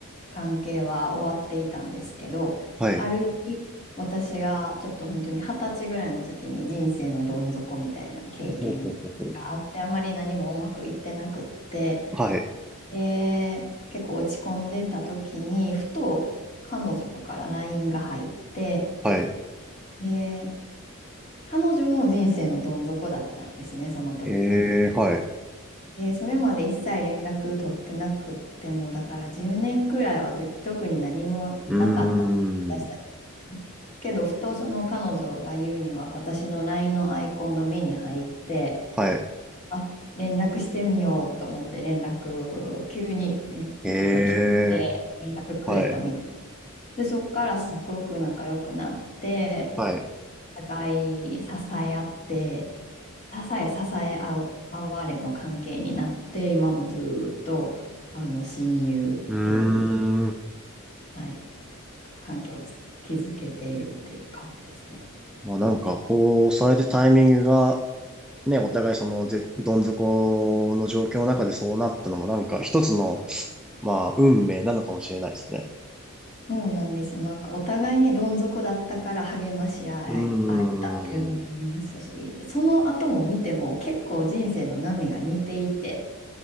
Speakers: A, on the left (about 35°); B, in the centre.
A: 関係は終わっていたんですけど、
B: はい。
A: ある日、私がちょっと本当に二十歳ぐらいの時に人生のどん底みたいな経験があって、
B: ほうほうほうほう。
A: あまり何もうまくいってなくって、
B: はい、
A: で結構落ち込んでた時に、ふと彼女からラインが入って、
B: はい。
A: で、彼女も人生のどん底だったんですね、その時。
B: ええ、はい。
A: えーそれまで一切連絡取ってなくっても、だから10年くらいはず特に何もなかったんですよ、
B: うー
A: 私たちに。
B: ん、
A: けど、ふとその彼女が言うには、私の LINE のアイコンが目に入って、
B: はい。
A: あ、連絡してみようと思って連絡、急に、ね、
B: ええ、
A: あの、来て連絡くれたみたい。
B: はい、
A: で、そこからすっごく仲良くなって、
B: はい。
A: お互い支え合って、支え支え合う、合われの関係になって、今もずーっと、あの、親友っていう、
B: うーん。
A: はい、関係をつ築けているっていう感じですね。
B: まあなんか、こう、それでタイミングがね、お互いその、ぜどん底の状況の中でそうなったのもなんか一つの、まあ、運命なのかもしれないですね。
A: そうなんですよ。なんかお互いね、どん底だったから励まし合え、
B: うーん。
A: 合えたっていうのもありますし、その後も見ても結構人生の波が似ていて、